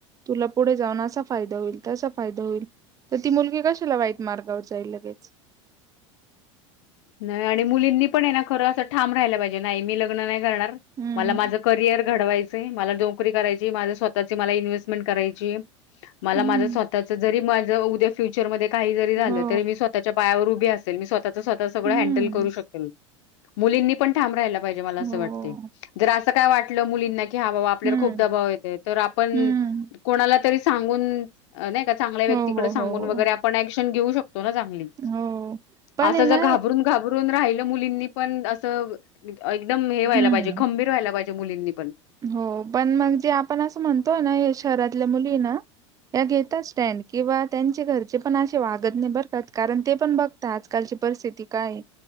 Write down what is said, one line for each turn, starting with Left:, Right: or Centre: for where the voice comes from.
Right: तुला पुढे जाऊन असा फायदा होईल तसा फायदा होईल तर ती मुलगी कशाला वाईट मार्गावर जाईल लगेच.
Left: नाही. आणि मुलींनी पण आहे ना खरं असं ठाम राहायला पाहिजे नाही मी लग्न नाही करणार
Right: हम्म
Left: मला माझं करियर घडवायचे मला नोकरी करायची माझे स्वतःची मला इन्व्हेस्टमेंट करायची. मला
Right: हम्म
Left: माझ स्वतःच जरी माझ उद्या फ्युचरमध्ये काही जरी झालं
Right: हो
Left: तरी मी स्वतः च्या पायावर उभी असेल. मी स्वःच स्वतः सगळं
Right: हम्म
Left: हँडल करू शकेल. मुलींनी पण ठाम राहायला पाहिजे मला असं
Right: हो
Left: वाटते. जर असं काय वाटलं मुलींना की हा बाबा आपल्याला
Right: हम्म
Left: खूप दबाव येते. तर आपण
Right: हम्म
Left: कोणाला तरी सांगून नाही का चांगल्या व्यक्तीकडे
Right: हो हो
Left: सांगून
Right: हो
Left: वगैरे
Right: हो
Left: आपण अँक्शन घेऊ शकतो ना चांगली.
Right: हो. पण
Left: असं
Right: हेना
Left: जर घाबरून- घाबरून राहिलं मुलींनी पण असं एकदम हे व्हायला
Right: हम्म
Left: पाहिजे खंबीर व्हायला पाहिजे. मुलींनी पण.
Right: हो पण मग जे आपण असं म्हणतोय ना शहरातल्या मुली ना या घेतात स्टँड किंवा त्यांचे घरचे पण असे वागत नाही बरं का कारण ते पण बघ आजकालची परिस्थिती काय आहे.